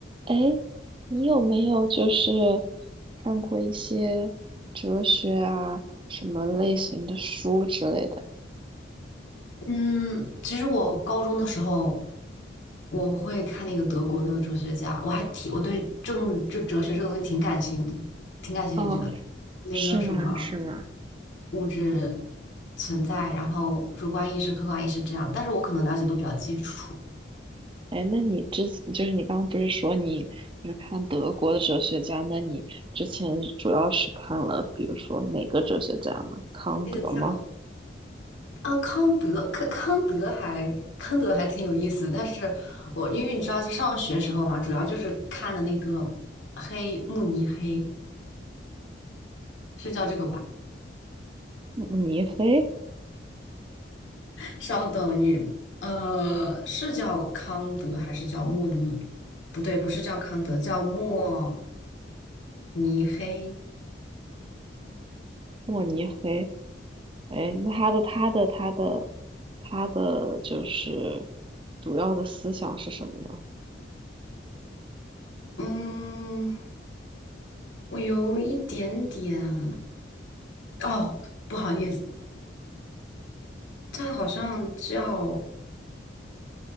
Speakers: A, on the right; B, on the left.
A: 哎，你有没有就是看过一些哲学啊，什么类型的书之类的？
B: 嗯，其实我高中的时候，我会看那个德国的哲学家，我还挺，我对政就哲学这个东西挺感兴趣的，挺感兴趣的。
A: 哦，
B: 那个什么
A: 是吗？是吗？
B: 物质存在，然后主观意识、客观意识这样，但是我可能了解都比较基础。
A: 哎，那你之就是你刚刚不是说你就是看德国的哲学家？那你之前主要是看了，比如说哪个哲学家呢？康德吗？
B: 那个叫啊康德，康康德还康德还挺有意思的，但是我因为你知道，就上学时候嘛，主要就是看的那个黑慕尼黑，是叫这个吧？
A: 慕尼黑？
B: 稍等你，呃，是叫康德还是叫慕尼？不对，不是叫康德，叫莫尼黑。
A: 慕尼黑？哎，那他的他的他的他的就是主要的思想是什么呢？
B: 嗯，我有一点点，哦，不好意思，他好像叫